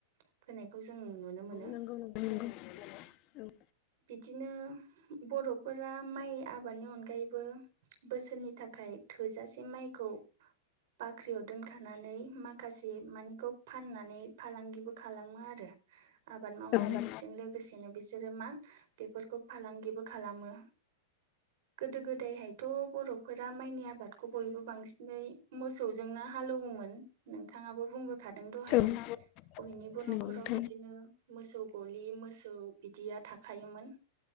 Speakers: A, on the right; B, on the left.
A: फोनायखौ जों नुनो मोनो।
B: नंगौ नंगौ नंगौ औ।
A: बिदिनो बर'फोरा माइ आबादनि अनगायैबो बोसोरनि थाखाय थोजासे माइखौ बाख्रियाव दो नखानानै माखासे मानिखौ फाननानै फालांगिबो खालामो आरो। आबाद मावनायजों
B: औ
A: लोगोसे लोगोसेनो बिसोरो मा बेफोरखौ फालांगिबो खालामो। गोदो गोदायहायथ' बर'फोरा माइनि आबादखौ बयबो बांसिनै मोसौजोंनो हालेवोमोन नोंथाङाबो बुंबोखादों दहाय
B: औ
A: बयनिबो
B: नंगौ
A: न'खराव
B: नोंथां
A: बिदिनो। मोसौ गलि मोसौ बिदिया थाखायोमोन।